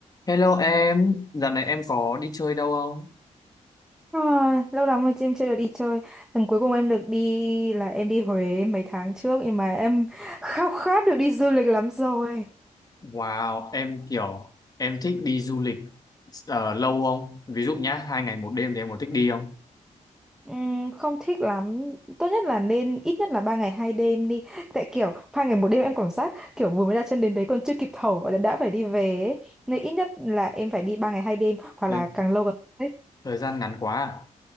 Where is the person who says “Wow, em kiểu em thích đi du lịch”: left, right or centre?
Left